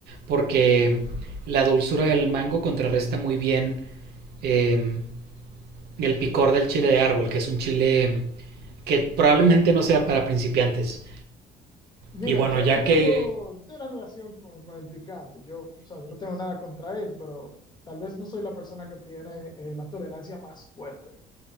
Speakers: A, on the right (about 70°); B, on the left (about 25°).
A: porque la dulzura del mango contrarresta muy bien eh, el picor del chile de árbol, que es un chile em, que probablemente no sea para principiantes.
B: Mira,
A: Y bueno,
B: yo
A: ya
B: no tengo,
A: que,
B: no tengo una relación con, con el picante. Yo, o sea, yo no tengo nada contra él, pero tal vez no soy la persona que tiene eh, la tolerancia más fuerte.